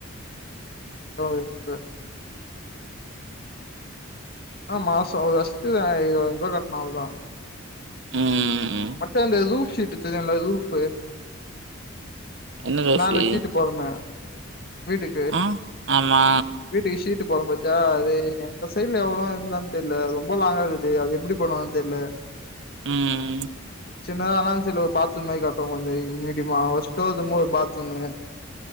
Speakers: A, on the left; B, on the right.
A: <unintelligible> து ஆ மாசோ அவ <unintelligible> இருவதுரூபா கட்னு அவ்ளோதா
B: ம் ம்.
A: மத்த எந்த இது லு ஷுட்டு தெரியுல்ல ரூஃப்பு
B: என்ன ரோஃபு?
A: நாலு ஷீட்டு போடனுமே வீட்டுக்கு
B: ஆ, ஆமா.
A: வீட்டுக்கு ஷீட்டுப் போதம் பாத்தியா அது எங்க சைடுல எவ்ளோ இருந்தான் தெர்ல ரொம்ப லாங்கா இருக்குது அது எப்புடி பண்ணுவாங்கன் தெர்ல
B: ம் ம்
A: சின்னதா ஆனாலும் சைடுல ஒரு பாத்ரூம் மாரி காட்டுறோ கொஞ்சோ மீடியமா ஒரு ஸ்டோர் ரூம்மு ஒரு பாத்ரூம்மு